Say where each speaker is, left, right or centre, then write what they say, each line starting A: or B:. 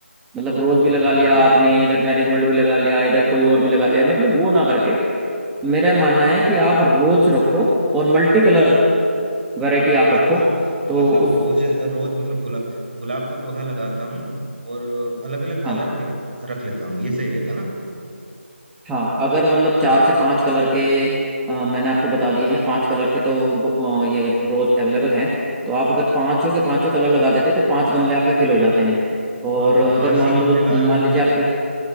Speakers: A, in the centre; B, on the right (about 45°).
A: मतलब रोज भी
B: हाँ
A: लगा
B: हाँ
A: लिया
B: हाँ
A: आपने इधर मैरीगोल्ड भी लगा लिया इधर कोई और भी लगा लिया मतलब वो ना करके मेरा मानना
B: अच्छा
A: है कि आप रोज रखो और मल्टी कलर वैरायटी आप
B: अच्छा
A: रखो
B: मतलब
A: तो
B: मतलब
A: उस
B: रोज रोज मतलब गुलाब गुलाब का पौधा लगाता हूँ और अलग अलग कलर
A: हाँ
B: के रख रख लेता हूँ ये सही रहेगा ना
A: हाँ अगर मतलब चार से पांच कलर के अ, मैंने आपको बता दिए हैं पांच कलर के तो गो- अ, ये रोज अवेलेबल हैं तो आप अगर पांचों के पांचों कलर लगा देते हैं तो पांच गमले आपके फिल हो जाते हैं और
B: हाँ हाँ
A: अगर
B: पांच
A: मान
B: ही गमले
A: लो
B: लाया हूँ
A: मान लीजिए
B: मैं
A: आपके